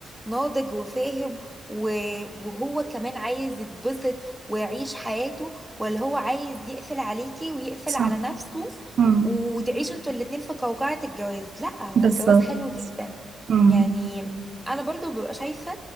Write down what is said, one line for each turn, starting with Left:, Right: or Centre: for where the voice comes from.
Centre: ناضج وفاهم و- وهو كمان عايز يتبسط ويعيش حياته ولا هو عايز يقفل عليكي ويقفل
Right: صح
Centre: على نفسه
Right: مم.
Centre: وتعيشوا انتوا الاتنين في قوقعة الجواز لا هو
Right: بالظبط
Centre: الجواز حلو جدا
Right: مم.
Centre: يعني انا برضو ببقى شايفة